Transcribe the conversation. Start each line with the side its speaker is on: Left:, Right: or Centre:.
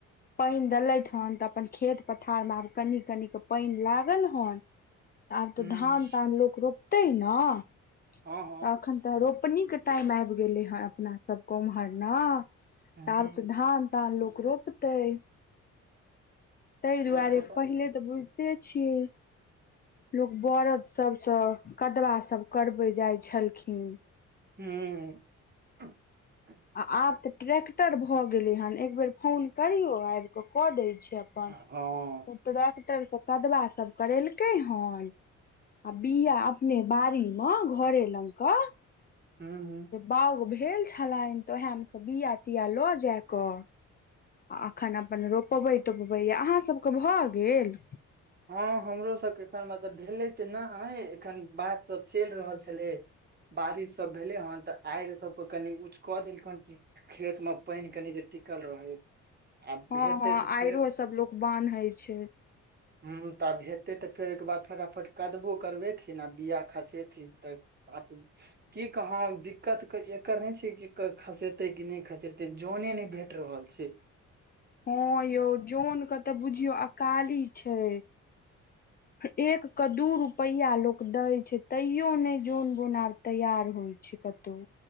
Left: पानि देलथि हन तऽ अपन खेत पथारमे आब कनि कनि क पइन लागल हन आब तऽ
Right: हूँ
Left: धान तान लोक रोपतै ने तऽ
Right: हँ
Left: एखन तऽ रोपनि के टाइम आइब गेलै हे अपना सबके ओम्हर न
Right: हँ हूँ
Left: आब त धान तान लोक रोपतइ तहि
Right: सबके
Left: दुआरे
Right: प
Left: पहिले तऽ बुझिते छियै लोकोग बरद सबसँ कदवा सब करबइ जाय छलखिन
Right: हूँ ह <unintelligible>
Left: आ आब तऽ ट्रैेक्टर भऽ गेलै हेन एक बेेर फोन करियउ आबि कऽ कऽ दै छै अपन
Right: हँ हूँ
Left: डाक्टर सब कदबा सब करेलकै हन आ बिया अपने बाड़ी में घरे लग क
Right: हूँ हूँ
Left: बाउग भेल छलनि तऽ ओएह में त बिया तिया लऽ जाय क आ एखन अपन रोपबै तोपबै अहाँ सभके भऽ गेल
Right: हँ हमरो सबके एखन मतलब भेलै तऽ नहि ह एखन बात सब चइल रहल छलै बारिश सब भेले हन तऽ आयर सबके कनि उछु कऽ देलखन कि खेत में पानि कनि त टिकल रहै आब
Left: हँ
Right: हेतै
Left: हँ
Right: तऽ
Left: आइरो
Right: फेर
Left: सब लोक बान्हे छय
Right: हँ तऽ आब हेतै तऽ फेर ओहिके बाद फटाफट कदबो करबै ना बीया खसेथिन तऽ आ की कह दिक्कत के एकर नहि छय कि खसेते क नहि खसेते जने नहि भेट रहल छय
Left: हँ यौ जनक के तऽ बुझियौ अकाली छय
Right: <inaudible>
Left: एक के दू रूपैया लोक दय छय तैयो ने जन बोन आब तैयार होय छिपतू